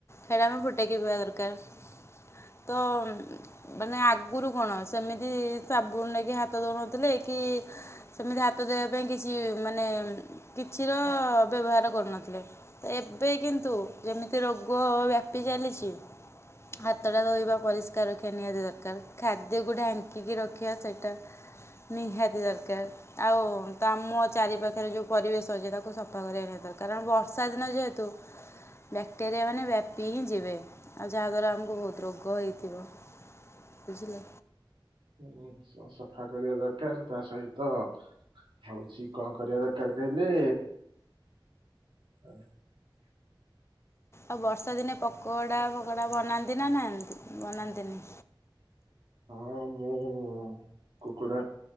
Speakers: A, on the left; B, on the right.
A: ସେଇଟା ଆମେ ଫୁଟେଇକି ପିଇବା ଦରକାର। ତ। ମାନେ ଆଗରୁ କଣ ସେମିତି ସାବୁନ ନେଇକି ହାତ ଦଉନଥିଲେ କି ସେମିତି ହାତ ଧୋଇବା ପାଇଁ କିଛି ମାନେ କିଛିର ବ୍ୟବହାର କରୁନଥିଲେ ତ ଏବେ କିନ୍ତୁ ଯେମିତି ରୋଗ ବ୍ୟାପି ଚାଲିଛି ହାତଟା ଧୋଇବା ପରିଷ୍କାର ରଖିବା ନିହାତି ଦରକାର ଖାଦ୍ୟକୁ ଢାଙ୍କିକି ରଖିବା ସେଟା ନିହାତି ଦରକାର। ଆଉ ତ ଆମ ଚାରି ପାଖରେ ଯୋଉ ପରିବେଶ ଅଛି ତାକୁ ସଫା କରିବା ନିହାତି ଦ କାରଣ ବର୍ଷା ଦିନ ଯେହେତୁ ବ୍ୟାକ୍ଟେରିଆ ମାନେ ବ୍ୟାପି ହିଁ ଯିବେ ଆଉ ଯାହାଦ୍ୱାରା ଆମକୁ ବହୁତ ରୋଗ ହେଇଥିବ ବୁଝିଲେ?
B: ଘରସଫା କରିବା ଦରକାର, ତା ସହିତ ହଉଚି, କଣ କରିବା ଦରକାର କହିଲେ ହ
A: ଆଉ ବର୍ଷା ଦିନେ ପକୋଡା ଫକୋଡା ବନାନ୍ତି ନା ନାଇଁ ବନାନ୍ତିନି?
B: ହଁ ମୁଁ କୁକୁଡା